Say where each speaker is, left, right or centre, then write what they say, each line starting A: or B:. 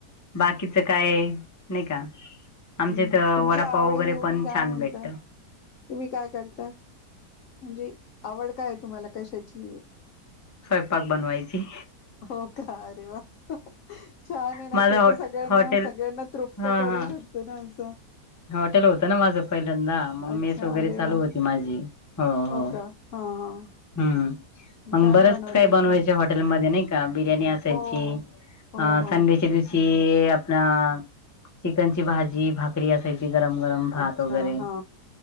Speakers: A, on the left; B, on the left.
A: बाकीचं काय, नाही का आमच्या
B: हम्
A: इथ
B: तुमच्या
A: वडापाव
B: आवडी
A: वगैरे
B: निवडी
A: पण
B: काय
A: छान
B: म्हणताय
A: भेटत
B: तुम्ही काय करताय म्हणजे आवड काय तुम्हाला कशाची हाय
A: स्वयंपाक बनवायची
B: हो का अरे वा छान आहे
A: माझं
B: ना ते
A: हॉ
B: तर सगळ्यांना
A: हॉटेल
B: सगळ्यांना तृप्त
A: हा
B: करू
A: हा
B: शकत ना असं
A: हॉटेल होतं ना माझ पहिल्यांदा मग
B: अच्छा
A: मेस वगैरे
B: अरे
A: चालु
B: वा
A: होती माझी हो हो
B: का हा हा
A: हुम मग
B: छान
A: बरच
B: बनवत
A: काय
B: असाल
A: बनवायचे हॉटेलमध्ये नाही का बिर्याणी अस आसायची
B: हो हो
A: अ
B: हो
A: संडे च्या दिवशी कि आपणा चिकनची भाजी भाकरी असायची गरम गरम भात
B: अच्छा
A: वगैरे
B: हा